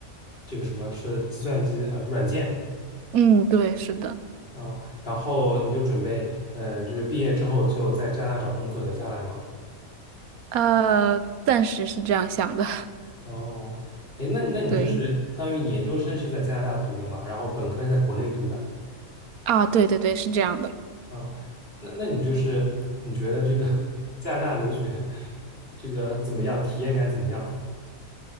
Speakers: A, on the left (about 40°); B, on the right (about 80°).
A: 这个什么是计算机呃软件
B: 嗯，对，是的，
A: 哦，然后你就准备呃就是毕业之后就在加拿大找工作留下来嘛？
B: 呃，暂时是这样想的，
A: 哦，哎，那你那你就是相当于你研究生是在加拿大读的嘛，
B: <laughs> 对，
A: 然后本科是在国内读的。
B: 啊，对对对，是这样的。
A: 啊，那那你就是你觉得这个 <laughs> 加拿大留学这个怎么样？体验感怎么样？